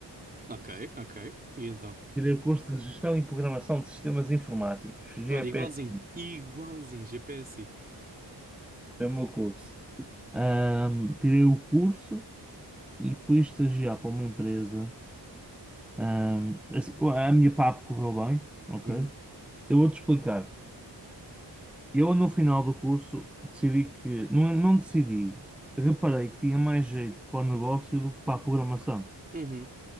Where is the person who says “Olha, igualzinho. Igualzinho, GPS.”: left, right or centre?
Right